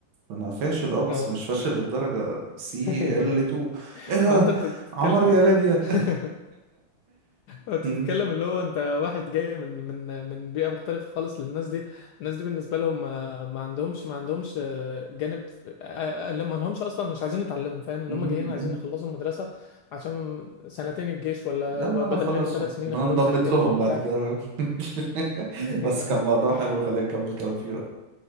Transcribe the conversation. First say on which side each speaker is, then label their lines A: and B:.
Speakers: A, on the right; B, on the left.
A: انا فاشل اه بس
B: اه
A: مش فاشل للدرجة سي
B: <laughs>
A: ال 2 ايه ده
B: ما انت بتتكلم
A: عمر يا ليبيا
B: <laughs> انت
A: مم،
B: بتتكلم اللي هو انت واحد جاي من من من بيئة مختلفة خالص للناس دي الناس دي بالنسبة لهم ما, ما عندهمش ما عندهمش آه، جانب آه، آه، لا ما لهمش اصلا مش عايزين يتعلموا فاهم اللي
A: مم،
B: هم جايين عايزين
A: مم.
B: يخلصوا المدرسة عشان سنتين الجيش ولا
A: لا
B: بدل
A: ما انا خلاص
B: ما يبقوا ثلاث
A: ما
B: سنين يخلوهم
A: انا انضمت
B: سنتين
A: لهم
B: ولا بتاع
A: بعد كده فاهم؟ <laughs>
B: <laughs>
A: بس كان موضوع حلو خلينا نكمل كلام فيه بقى